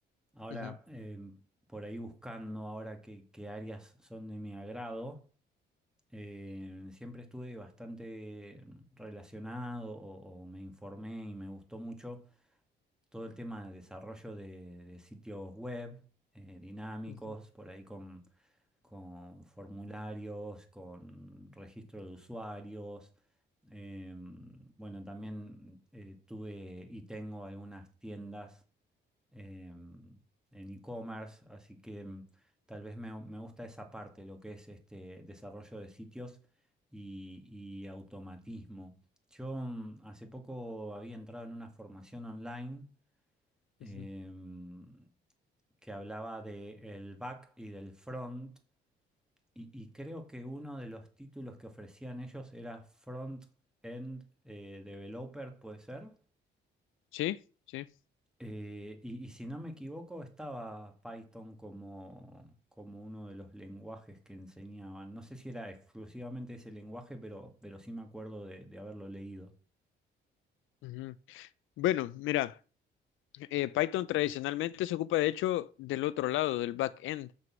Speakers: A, in the centre; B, on the left.
A: Ahora,
B: ujú,
A: em, por ahí buscando ahora qué, qué áreas son de mi agrado, em, siempre estuve bastante mm, relacionado o, o me informé y me gustó mucho todo el tema de desarrollo de, de sitios web eh, dinámicos,
B: ujú,
A: por ahí con, con formularios, con registro de usuarios. Eh, bueno, también eh, tuve y tengo algunas tiendas eh, en e-commerce, así que mm, tal vez me, me gusta esa parte, lo que es este desarrollo de sitios y, y automatismo. Yo mm, hace poco había entrado en una formación online em,
B: ujú.
A: que hablaba del back y del front, y, y creo que uno de los títulos que ofrecían ellos era Front End eh, Developer, puede ser.
B: Sí, sí.
A: Eh, y, y si no me equivoco, estaba Python como, como uno de los lenguajes que enseñaban. No sé si era exclusivamente ese lenguaje, pero, pero sí me acuerdo de de haberlo leído.
B: ujú. Bueno, mira, eh, Python tradicionalmente se ocupa de hecho del otro lado, del backend.